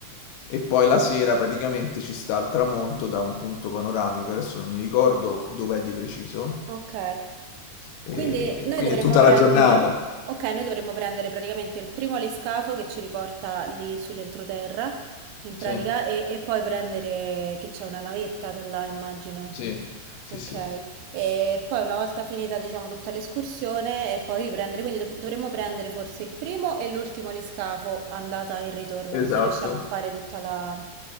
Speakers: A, on the left; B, on the right.
A: e poi la sera praticamente ci sta il tramonto da un punto panoramico, adesso non mi ricordo dov'è di preciso,
B: Ok,
A: e
B: quindi noi
A: quindi
B: dovremmo
A: è tutta
B: prendere,
A: la giornata.
B: ok, noi dovremmo prendere praticamente il primo aliscafo che ci riporta lì sull'entroterra, in
A: Sì,
B: pratica, e, e poi prendere che c'è una navetta da là, immagino.
A: sì, sì,
B: Ok,
A: sì,
B: e poi una volta finita, diciamo, tutta l'escursione e poi riprendere, quindi dov- dovremmo prendere forse il primo e l'ultimo aliscafo, andata e ritorno,
A: esatto,
B: così riusciamo a fare tutta la,